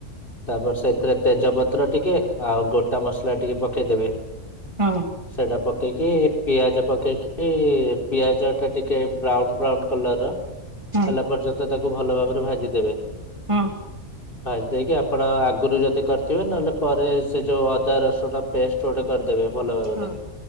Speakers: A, on the left; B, on the right.
A: ତାପରେ ସେଥିରେ ତେଜପତ୍ର ଟିକେ ଆଉ ଗୋଟା ମସଲା ଟିକେ ପକେଇଦେବେ
B: ହଁ।
A: ସେଟା ପକେଇକି ପିଆଜ ପକେଇକି ପିଆଜ ଟା ଟିକେ ବ୍ରାଉନ ବ୍ରାଉନ୍ କଲର ର ହେଲା
B: ହଁ
A: ପର୍ଯ୍ୟନ୍ତ ତାକୁ ଭଲ ଭାବରେ ଭାଜି ଦେବେ।
B: ହଁ।
A: ଭାଜି ଦେଇକି ଆପଣ ଆଗରୁ ଯଦି କରିଥିବେ, ନହେଲେ ପରେ ସେ ଯୋଉ ଅଦା ରସୁଣ ପେଷ୍ଟ ଗୋଟେ କରିଦେବେ। ଭଲ ଭାବରେ
B: ହଁ